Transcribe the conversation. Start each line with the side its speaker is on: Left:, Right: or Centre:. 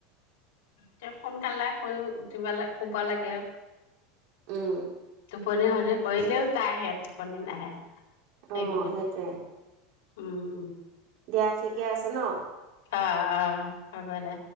Left: তে সোনকালে শুই উঠিব লাগ শুব লাগে
Right: উম!
Left: টোপনি ক্ষতি কৰিলেও তাইৰ টোপনি নাহে এইকেইদিন
Right: অ সেইটোৱে
Left: উম উম
Right: দিয়া ঠিকে আছে ন!
Left: আ আ হ'ব দে,